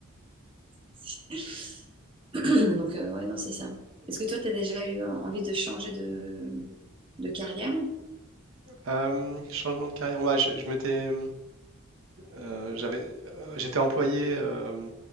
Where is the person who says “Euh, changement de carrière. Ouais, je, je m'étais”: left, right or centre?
Right